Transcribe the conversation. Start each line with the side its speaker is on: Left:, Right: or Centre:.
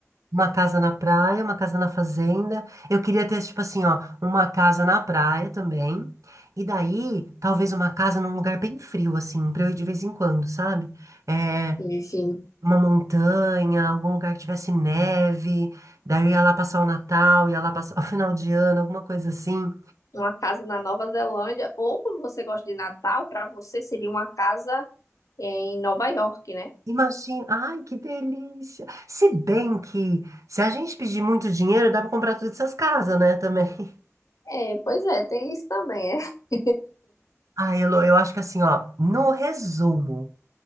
Right: Uma casa na praia, uma casa na fazenda. Eu queria ter, tipo assim, ó, uma casa na praia também. E daí, talvez uma casa num lugar bem frio, assim, pra eu ir de vez em quando, sabe? É,
Left: Sim, sim.
Right: uma montanha, algum lugar que tivesse neve. Daí eu ia lá passar o Natal, ia lá passar <laughs> o final de ano, alguma coisa assim.
Left: Uma casa na Nova Zelândia, ou como você gosta de Natal, para você seria uma casa em Nova York, né?
Right: Imagina, ai, que delícia. Se bem que, se a gente pedir muito dinheiro, dá pra comprar todas essas casas, né, também. <laughs>
Left: É, pois é, tem isso também, né? <laughs>
Right: Ai, Elô, eu acho que assim, ó, no resumo,